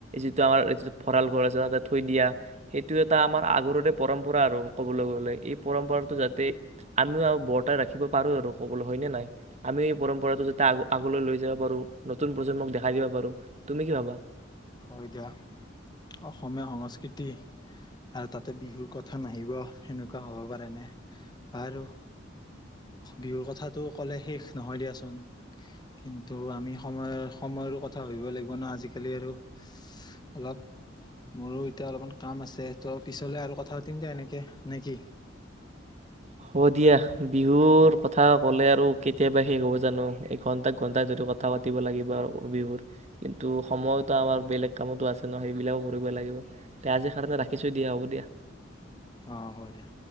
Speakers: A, on the right; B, on the left.
A: যিটো আমাৰ ভঁৰাল ঘৰ আছে তাতে থৈ দিয়া সেইটো এটা আমাৰ আগৰৰে পৰম্পৰা আৰু ক'বলৈ গ'লে এই পৰম্পৰাটো যাতে আমিও আৰু বৰ্তাই ৰাখি শিকিব পাৰোঁ আৰু ক'বলৈ হয়নে নাই আমিও এই পৰম্পৰাটো যাতে আগ আগলৈ লৈ যাব পাৰোঁ নতুন প্ৰজন্মক দেখাই দিব পাৰোঁ তুমি কি ভাবা
B: হয় দিয়া অসমীয়া সংস্কৃতি আৰু তাতে বিহুৰ কথা নাহিব সেনেকুৱা হ'ব পাৰেনে বাৰু বিহুৰ কথাটো ক'লে শেষ নহয় দিয়াচোন কিন্তু আমি সময়ৰ সময়ৰো কথা ভাবিব লাগিব ন আজিকালি আৰু অলপ মোৰো এতিয়া অলপমান কাম আছে ত' পিছলে আৰু কথা পাতিম দে এনেকে নে কি?
A: হ'ব দিয়া বিহুৰ কথা ক'লে আৰু কেতিয়াবা শেষ হ'ব জানো এঘন্টা এক ঘণ্টাাই ধ কথা পাতিব লাগিব আৰু বিহুৰ কিন্তু সময়তো আমাৰ বেলেগ কামতো আছে ন সেইবিলাকো কৰিব লাগিব আজিৰ কাৰণে ৰাখিছোঁ দিয়া হ'ব দিয়া
B: অঁ হ'ব দিয়া